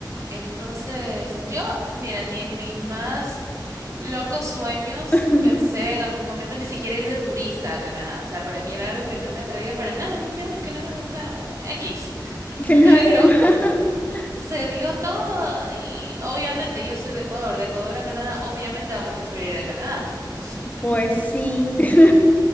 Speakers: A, on the right; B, on the left.
A: Entonces, yo, mira, ni en mis más locos sueños
B: <laughs>
A: pensé en algún momento ni siquiera ir de turista a Canadá. O sea, para mí era algo que no me atraía para nada. Yo decía, "Ay, Canadá, o sea, eh, X. <laughs>
B: Claro.
A: Pero
B: <laughs>
A: se dio todo y obviamente yo soy de Ecuador, de Ecuador a Canadá, obviamente vas a preferir a Canadá, pues no.
B: Pues sí. <laughs>